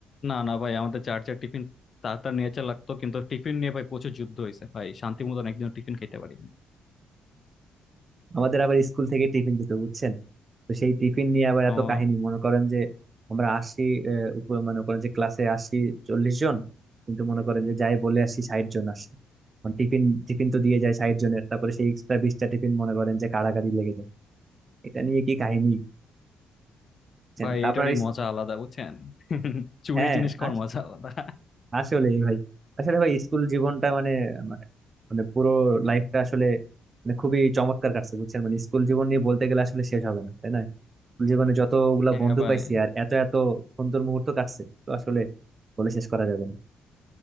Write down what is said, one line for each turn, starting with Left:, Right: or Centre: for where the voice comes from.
Left: না না ভাই আমাদের যার যার টিফিন তার তার নিয়ে চা লাগতো কিন্তু টিফিন নিয়ে ভাই প্রচুর যুদ্ধ হয়েছে ভাই শান্তি মতন একদিন টিফিন খেতে পারিনি
Right: আমাদের আবার স্কুল থেকে টিফিন দিত বুঝছেন তো সেই টিফিন নিয়ে আবার
Left: ও
Right: এত কাহিনী মনে করেন যে আমরা আসি আহ, উপ- মনে করেন যে ক্লাসে আসি চল্লিশ জন কিন্তু মনে করেন যে যাই বলে আসি ষাট জন আসি টিফিন টিফিন তো দিয়ে যায় ষাট জনের তারপরে সেই এক্সট্রা বিশটা টিফিন মনে করেন যে কাড়াকাড়ি লেগে যায় এটা নিয়ে কি কাহিনী লিখছেন
Left: ভাই
Right: তা
Left: এটারই
Right: আপনার ইস-
Left: মজা আলাদা বুঝছেন <laughs> চুরি
Right: হ্যাঁ
Left: জিনিস খাওয়ার
Right: আস-
Left: মজা আলাদা
Right: আসলে ভাই আসলে ভাই স্কুল জীবনটা মানে আমার মানে পুরো লাইফটা আসলে মানে খুবই চমৎকার কাটছে বুঝছেন মানে স্কুল জীবন নিয়ে বলতে গেলে আসলে শেষ হবে না তাই না স্কুল জীবনে যতগুলা
Left: হ্যাঁ
Right: বন্ধু
Left: ভাই
Right: পাইছি আর এত এত সুন্দর মুহূর্ত কাটছে তো আসলে বলে শেষ করা যাবে না